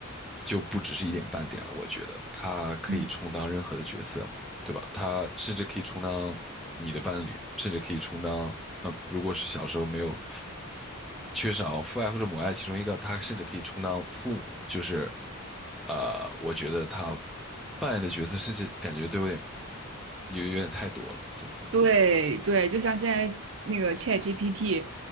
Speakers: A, in the centre; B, on the right.
A: 就不只是一点半点了。我觉得他可以充当任何的角色嘛，
B: 嗯。
A: 对吧？他甚至可以充当你的伴侣，甚至可以充当，嗯、呃如果是小时候没有缺少父爱或者母爱其中一个，他甚至可以充当父母，就是，呃，我觉得他扮演的角色甚至感觉都有点，有有点太多了。对，
B: 对对，就像现在那个 ChatGPT，